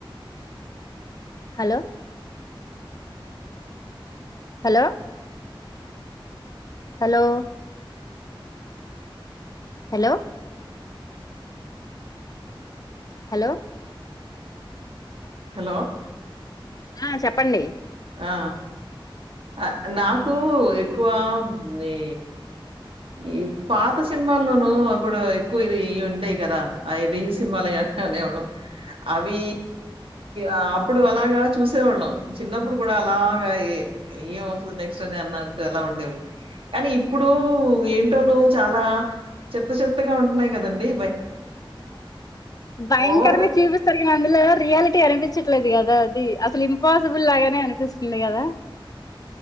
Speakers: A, on the left (about 45°); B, on the right (about 80°).
A: hello hello hello hello hello
B: hello
A: ఆ చెప్పండి
B: ఆ అ నాకు ఎక్కువ ఇది ఈ పాత సినిమాల్లోనూ ఇప్పుడు ఎక్కువ ఇది ఈ ఉంటాయి కదా ఆయే ఢి సినిమాలై అ హ అనేవాళ్ళం అవి ఆ అప్పుడు అలాగా చూసేవాళ్ళం చిన్నప్పుడు కూడా అలాగా ఏ-ఏమ అవుతాది నెక్స్ట్ అనే అన్నట్టు అలా ఉండేవి కానీ ఇప్పుడూ ఏంటోను చాలా చెత్త చెత్తగా ఉంటున్నాయి కదండి
A: భయంకరంగా
B: ఓవర్‌గా
A: చూపిస్తారు కానీ అందులో రియాలిటీ టి అనిపించట్లేదు కదా అది అసలు ఇంపాసిబుల్ లాగానే అనిపిస్ ఉంది కదా